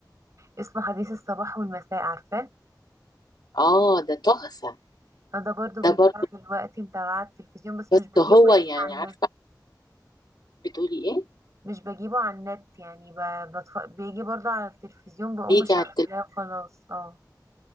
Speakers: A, on the right; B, on the left.
A: اسمه حديث الصباح والمساء عارفاه
B: اه ده تحفة
A: فده برضو بيتذاع
B: ده برضه
A: دلوقتي متابعة التلفزيون بس
B: بس
A: مش بجيبه
B: هو
A: يعني
B: يعني
A: عن
B: عارفة بتقولي ايه
A: مش بجيبه على النت يعني ب... بتف... بيجي برضو على التلفزيون بقوم
B: بيجي
A: شغلاه
B: على التلفزيون
A: خلاص اه